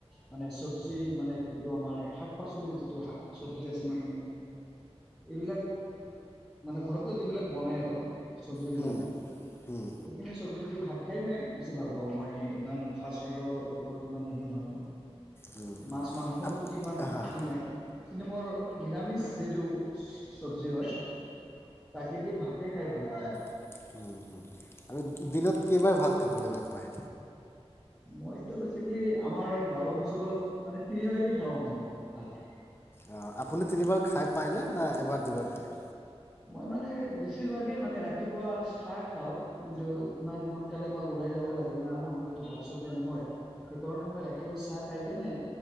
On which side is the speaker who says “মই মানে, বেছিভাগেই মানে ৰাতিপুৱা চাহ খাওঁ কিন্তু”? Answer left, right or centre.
Centre